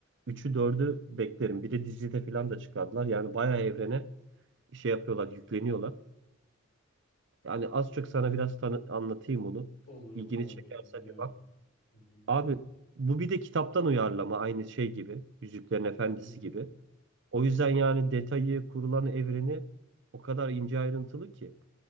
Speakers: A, on the right (about 65°); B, on the left (about 70°).
A: üçü dördü beklerim. Bir de dizide falan da çıkardılar. Yani bayağı evrene şey yapıyorlar, yükleniyorlar. Yani az çok sana biraz tanı anlatayım onu.
B: Olur olur
A: İlgini
B: abi
A: çekerse
B: ya dinliyorum.
A: bir bak.
B: Hı hı.
A: Abi bu bir de kitaptan uyarlama aynı şey gibi. Yüzüklerin Efendisi
B: Hı hı.
A: gibi. O yüzden yani detayı, kurulan evreni o kadar ince ayrıntılı ki.